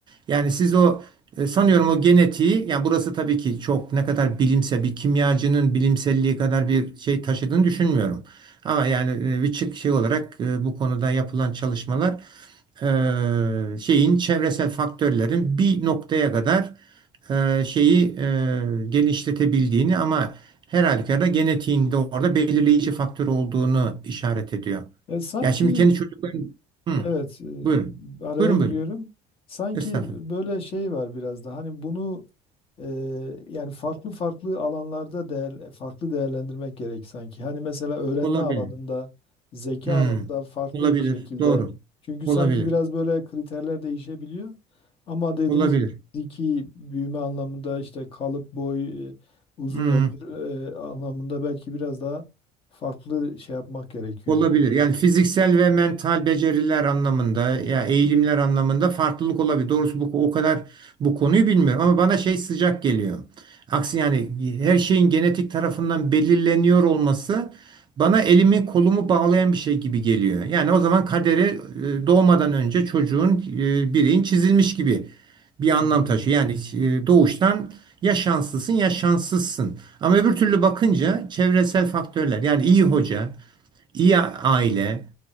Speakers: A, on the right (about 30°); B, on the left (about 35°).
A: Yani siz o e, sanıyorum o genetiği yani burası tabii ki çok ne kadar bilimsel bir kimyacının bilimselliği kadar bir şey taşıdığını düşünmüyorum. Ama yani e, bir çık şey olarak e, bu konuda yapılan çalışmalar e, şeyin çevresel faktörlerin bir noktaya kadar e, şeyi e, genişletebildiğini ama her halükarda genetiğinde orada belirleyici faktör olduğunu işaret ediyor.
B: E, sanki
A: Ya şimdi kendi çocuklarım Hı,
B: e, evet
A: buyurun.
B: e, araya
A: Buyurun
B: giriyorum.
A: buyurun.
B: Sanki
A: Estağfurullah.
B: böyle şey var biraz da hani bunu e, yani farklı farklı alanlarda değer, farklı değerlendirmek gerek sanki. Hani mesela öğrenme
A: Olabilir.
B: alanında, zeka
A: Hı,
B: alanında farklı
A: olabilir.
B: bir şekilde.
A: Doğru.
B: Çünkü
A: Olabilir.
B: sanki biraz böyle kriterler değişebiliyor. Ama dediğiniz
A: Olabilir.
B: gibi fiziki büyüme anlamında işte kalıp boy, e, uzun
A: Hı.
B: ömür e, anlamında belki biraz daha farklı şey yapmak gerekiyor
A: Olabilir.
B: diye.
A: Yani fiziksel ve mental beceriler anlamında ya eğilimler anlamında farklılık olabilir. Doğrusu bu o kadar bu konuyu bilmiyorum ama bana şey sıcak geliyor. Aksi yani her şeyin genetik tarafından belirleniyor olması bana elimi kolumu bağlayan bir şey gibi geliyor. Yani o zaman kaderi e, doğmadan önce çocuğun e, bireyin çizilmiş gibi bir anlam
B: Hmm,
A: taşıyor. Yani e, doğuştan ya şanslısın ya şanssızsın. Ama öbür türlü bakınca çevresel faktörler yani iyi hoca iyi aile,